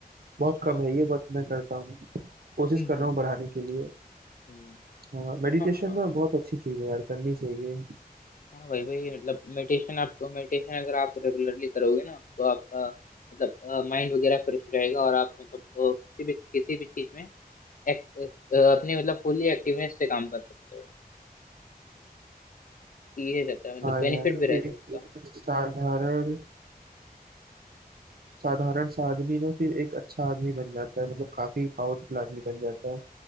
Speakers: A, on the right; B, on the left.
A: बहुत
B: अच्छा,
A: कम है ये बट मैं करता हूँ कोशिश
B: हम्म
A: कर
B: हम्म
A: रहा हूँ बढ़ाने के लिए
B: हम्म।
A: हाँ मेडिटेशन
B: हाँ हाँ
A: ना बहुत अच्छी चीज है यार करनी चाहिए
B: हाँ भाई भाई मतलब मेडिटेशन आप मेडिटेशन अगर आप रेगुलरली करोगे ना तो आपका मतलब माइंड वगैरह फ्रेश रहेगा और आप मतलब अ, किसी भी किसी भी चीज में एक, अ, अपनी मतलब फुल्ली एक्टिवनेस से काम कर सकते हो ये रहता है मतलब
A: हाँ
B: बेनिफिट
A: यार
B: भी रहता
A: एक
B: है उसका
A: साधारण साधारण सा आदमी ना फिर एक अच्छा आदमी बन जाता है मतलब काफी पावरफुल आदमी बन जाता